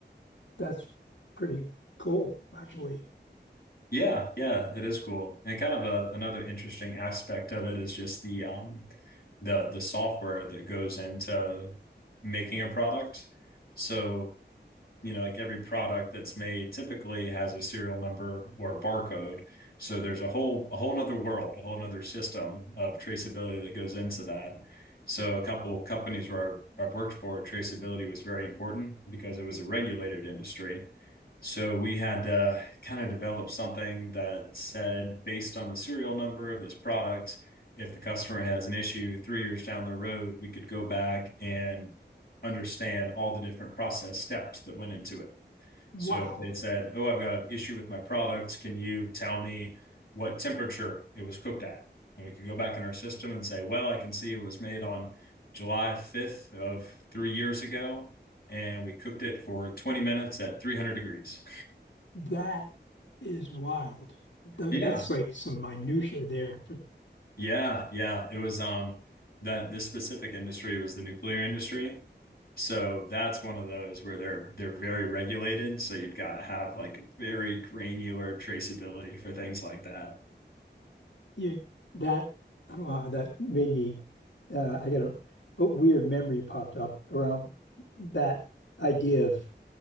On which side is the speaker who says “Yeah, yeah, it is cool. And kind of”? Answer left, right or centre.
Left